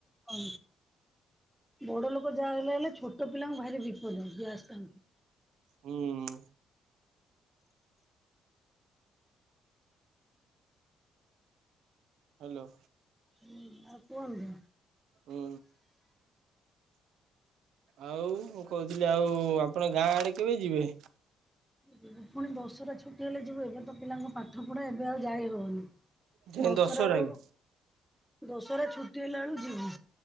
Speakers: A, in the centre; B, on the right.
A: ହଁ ବଡ ଲୋକ ଯାହା ହେଲେ ହେଲେ ଛୋଟ ପିଲାଙ୍କୁ ଭାରି ବିପଦ ଗ୍ୟାସ୍ ଟାଙ୍କି।
B: ହୁଁ ହ୍ୟାଲୋ
A: ହୁଁ ଆଉ କୁହନ୍ତୁ।
B: ହୁଁ। ଆଉ ମୁଁ କହୁଥିଲି ଆଉ ଆପଣ ଗାଁ ଆଡେ କେବେ ଯିବେ?
A: ଯିବୁ ପୁଣି ଦଶରା ଛୁଟି ହେଲେ ଯିବୁ ଏବେ ତ ପିଲାଙ୍କ ପାଠ ପଢା ଏବେ ଆଉ ଯାଇ ହବନି।
B: ଯାଇ
A: ଦଶହରା
B: ଦଶହରାକୁ?
A: ବେଳକୁ ଦଶହରା ଛୁଟି ହେଲା ଏଳକୁ ଯିମୁ।